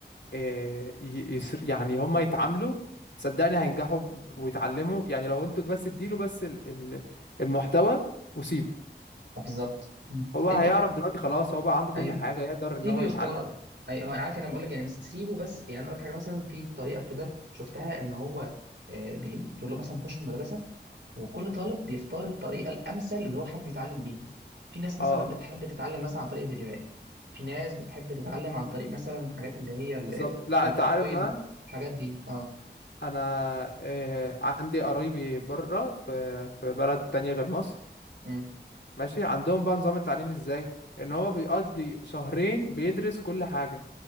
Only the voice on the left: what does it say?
آه، ي- يسر يعني هم يتعاملوا صدقني هينجحوا ب- ويتعلموا يعني لو انتوا بس اديله بس ال- ال- المحتوى وسيبه
هو هيعرف
دلوقتي خلاص هو بقى عنده كل
حاجة يقدر ان
هو
يتعلم
اه
بالظبط لا
انت عارف بقى
انا آه، عندي قرايبي بره في في بلد تانية غير مصر
ماشي عندهم بقى نظام التعليم ازاي ان هو بيقضي شهرين بيدرس كل حاجة